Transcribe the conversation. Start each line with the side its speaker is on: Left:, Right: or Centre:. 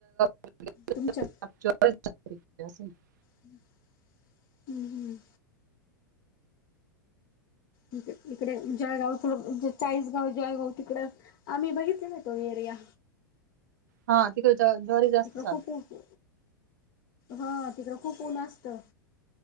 Right: <unintelligible>
Left: तुमच्या.
Right: ो <unintelligible>
Left: हम् <unintelligible> हम्म हम्म. इकडे, इकडे जळगाव सोडून चाळीसगाव, जळगाव तिकड. आम्ही बघितलेला तो एरिया.
Right: हा तिकडच्या भागात ज्वारी जास्त
Left: तिकडं
Right: चालत.
Left: खूप हा तिकडं खूप उन्ह असतं.